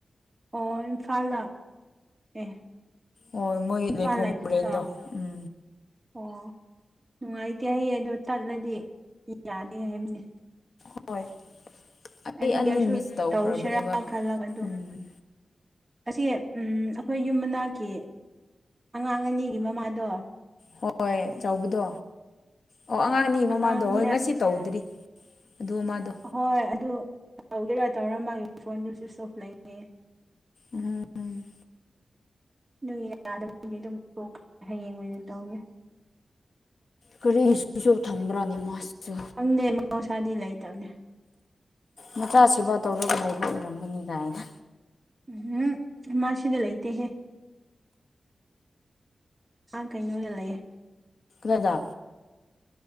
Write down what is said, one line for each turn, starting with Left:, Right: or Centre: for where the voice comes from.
Right: ꯑꯣ ꯏꯝꯐꯥꯜꯗ ꯑꯦ
Left: ꯍꯣꯏ ꯃꯣꯏ
Right: ꯏꯝꯐꯥꯜ
Left: ꯂꯩꯐꯝ
Right: ꯂꯩꯕꯗꯣ
Left: ꯃꯣꯔꯦꯟꯗꯣ ꯎꯝ
Right: ꯑꯣ ꯅꯨꯡꯉꯥꯏꯇꯦ ꯍꯌꯦꯡ ꯑꯗꯣ ꯇꯠꯂꯗꯤ ꯌꯥꯅꯤ ꯍꯥꯏꯕꯅꯤ
Left: ꯍꯣꯏ ꯑꯩ
Right: ꯑꯗꯨꯒꯤ
Left: ꯑꯅꯤ
Right: ꯑꯩꯁꯨ
Left: ꯃꯤꯁ ꯇꯧꯈ꯭ꯔꯕꯅꯦꯕ
Right: ꯇꯧꯁꯤꯔꯥ ꯈꯜꯂꯒ ꯑꯗꯣ
Left: ꯎꯝ
Right: ꯑꯁꯤ ꯑꯩꯈꯣꯏ ꯌꯨꯝ ꯃꯅꯥꯛꯀꯤ ꯑꯉꯥꯡ ꯑꯅꯤꯒꯤ ꯃꯃꯥꯗꯣ
Left: ꯍꯣꯏ ꯆꯥꯎꯕꯗꯣ ꯑꯣ ꯑꯉꯥꯡ ꯑꯅꯤ
Right: ꯑꯉꯥꯡꯅꯤ
Left: ꯃꯃꯥꯗꯣ ꯍꯣꯏ ꯉꯁꯤ ꯇꯧꯗ꯭ꯔꯤ ꯑꯗꯨ ꯃꯃꯥꯗꯣ
Right: ꯍꯣꯏ ꯑꯗꯨ ꯇꯧꯒꯦꯔꯥ ꯇꯧꯔꯝꯃꯒꯦ ꯐꯣꯟꯗꯨꯣ ꯁ꯭ꯋꯤꯁ ꯑꯣꯐ ꯂꯩꯉꯦ
Left: ꯎꯝ
Right: ꯑꯗꯨ ꯌꯥꯗꯕꯒꯤ ꯑꯗꯨꯝꯈ꯭ꯔ ꯍꯌꯦꯡ ꯑꯣꯏꯅ ꯇꯧꯒꯦ
Left: ꯀꯔꯤ ꯁꯁꯨ ꯊꯝꯕ꯭ꯔꯅꯦ ꯃꯥꯁꯤꯁꯨ
Right: ꯈꯪꯗꯦ ꯃꯍꯧꯁꯥꯗꯤ ꯂꯩꯇꯕꯅꯦ
Left: ꯃꯆꯥ ꯁꯦꯕꯥ ꯇꯧꯔꯒ ꯂꯩꯕ ꯑꯣꯏꯔꯝꯒꯅꯤ ꯀꯥꯏꯅ
Right: ꯎꯝ ꯃꯥ ꯁꯤꯗ ꯂꯩꯇꯦꯍꯦ ꯑ ꯀꯩꯅꯩꯅꯣ ꯂꯩ ꯂꯩꯌꯦꯦ
Left: ꯀꯗꯥ